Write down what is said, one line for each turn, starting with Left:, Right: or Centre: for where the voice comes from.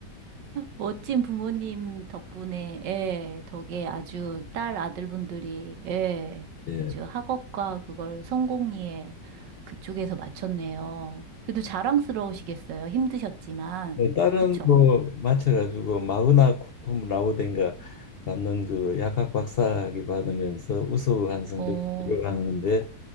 Right: 멋진 부모님 덕분에, 예, 덕에 아주 딸 아들분들이, 예,
Left: 예.
Right: 아주 학업과 그걸 성공리에 그쪽에서 맞췄네요. 그래도 자랑스러우시겠어요. 힘드셨지만.
Left: 뭐 다른
Right: 그쵸?
Left: 뭐 맞춰가지고 마그나 쿰 라우덴가 받는 그 약학 박사학위 받으면서 우수한 성적
Right: 어,
Left: 들어가는데